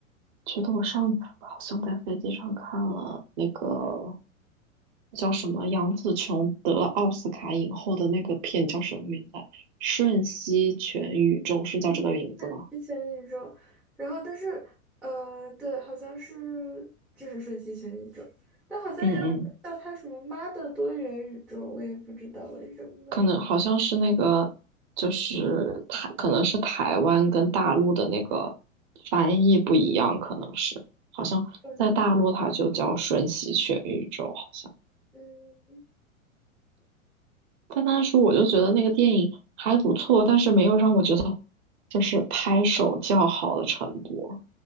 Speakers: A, on the right (about 35°); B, in the centre.
A: 觉得我上次好像在飞机上看了那个叫什么杨紫琼得了奥斯卡影后的那个片叫什么名字啊瞬息全宇宙是叫这个名字吗？
B: 嗯，是之前宇宙，然后但是呃，对，好像是就是瞬息全宇宙，但好像也有人叫它什么“妈的多元宇宙”，
A: 嗯嗯，
B: 我也不知道为什么。
A: 可能好像是那个，就是台，可能是台湾跟大陆的那个翻译不一样，可能是好像在大陆它就叫瞬息全宇宙，
B: 可能，
A: 好像。
B: 嗯，
A: 但当时我就觉得那个电影还不错，但是没有让我觉得就是拍手叫好的程度。